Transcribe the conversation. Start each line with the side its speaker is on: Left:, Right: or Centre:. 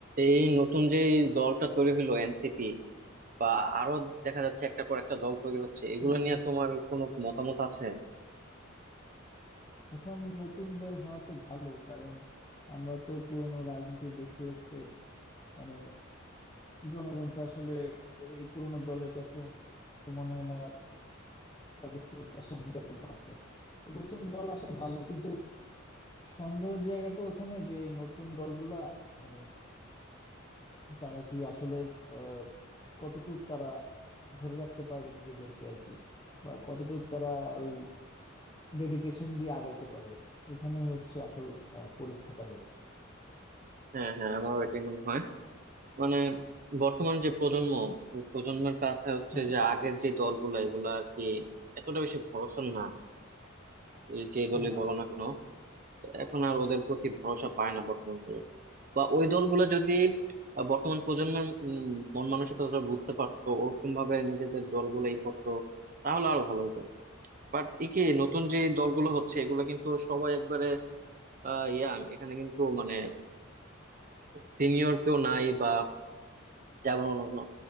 Right: এই নতুন যে দলটা তৈরি হলো এনসিপি বা আরো দেখা যাচ্ছে একটা পর একটা দল তৈরি হচ্ছে এগুলো
Left: হুম
Right: নিয়ে তোমার কোনো কি মতামত আছে
Left: এখন নতুন দল হওয়া তো ভালো কারণ আমরা তো পুরনো রাজনীতি দেখতে দেখতে মানে জনগণ তো আসলে এই পুরনো দলের কাছে তো মনে হয় না তাদের প্রত্যাশা মেটাতে পারছে তো নতুন দল আসা ভালো কিন্তু সন্দেহের জায়গাটা ওখানে যে এই নতুন দলগুলা মানে তারা কি আসলে আহ কতটুক তারা ধরে রাখতে পারবে নিজেদেরকে আর কি বা কতটুক তারা ওই ডেডিকেশন দিয়ে আগাইতে পারবে এখানে হচ্ছে আসল আহ, পরীক্ষা তাদের
Right: হ্যাঁ হ্যাঁ আমারও এটাই মনে হয় মানে বর্তমান যে প্রজন্ম ওই প্রজন্মের কাছে হচ্ছে
Left: হ্যাঁ
Right: যে আগের যে দলগুলা এগুলা আর কি এতটা বেশি ভরসা না এই যে দলই
Left: না
Right: বলো না কেন এখন আর ওদের প্রতি ভরসা পায় না বর্তমান প্রজন্ম বা ওই দলগুলা যদি আহ, বর্তমান প্রজন্মের উম, মন মানসিকতা বুঝতে পারতো ওরকম ভাবে নিজেদের দলগুলাই করতো তাহলে আরো ভালো হতো বাট এই যে নতুন যে দলগুলো হচ্ছে এগুলো কিন্তু সবাই একবারে ইয়াং এখানে কিন্তু মানে সিনিয়র কেউ নাই বা যেমন অন্য কোনো